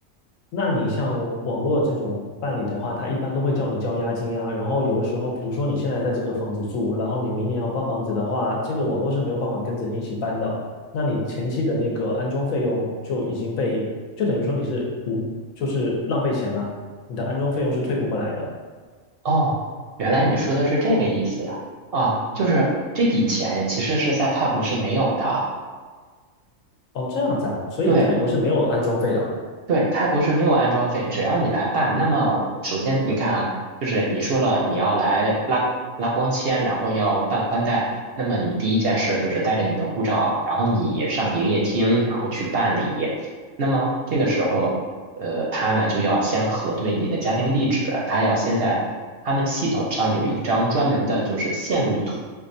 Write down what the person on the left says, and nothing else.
那你像网络这种办理的话，他一般都会叫你交押金呀。然后有的时候，比如说你现在在这个房子住，然后你明年要搬房子的话，这个网络是没有办法跟着你一起搬的。那你前期的那个安装费用就已经被，就等于说你是无，就是浪费钱了，你的安装费用是退不回来的。
哦，这样子啊，所以泰国是没有安装费的啊